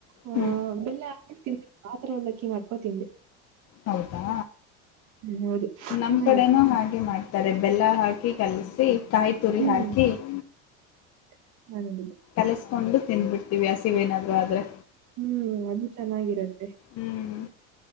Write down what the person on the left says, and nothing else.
ಹ್ಮ್
ಹೌದಾ
ನಮ್
ಕಡೆನೂ ಹಾಗೆ ಮಾಡ್ತಾರೆ ಬೆಲ್ಲ ಹಾಕಿ ಹಾಕಿ ಕಳ್ಸಿ ಕಾಯಿ ತುರಿ
ಹಾಕಿ -
ಕಲಿಸ್ಕೊಂಡು ತಿಂದಬಿಡ್ತೀವಿ ಹಸಿವ್ ಏನಾದ್ರು ಆದ್ರೆ.
ಹ್ಮ್